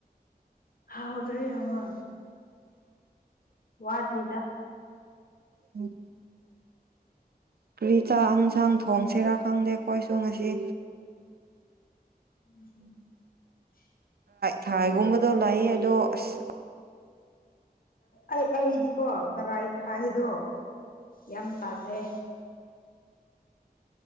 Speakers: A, on the left; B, on the right.
A: ꯍꯥꯎꯇꯥ ꯌꯦꯉꯦ ꯋꯥꯠꯂꯤꯗ
B: ꯎꯝ ꯀꯔꯤ ꯆꯥꯛ ꯌꯦꯟꯁꯥꯡ ꯊꯣꯡꯁꯤ ꯔꯥ ꯈꯪꯗꯦ ꯑꯩꯈꯣꯏꯁꯨ ꯉꯁꯤ
A: ꯎ <unintelligible>
B: ꯊꯥꯏꯒꯨꯝꯕꯗꯣ ꯂꯥꯛꯑ ꯑꯗꯣ ꯑꯁ
A: ꯑꯩ ꯑꯩꯗꯤꯀꯣ ꯀꯔꯥꯏ ꯊꯥꯏꯗꯣ ꯌꯥꯝ ꯇꯜꯂꯦ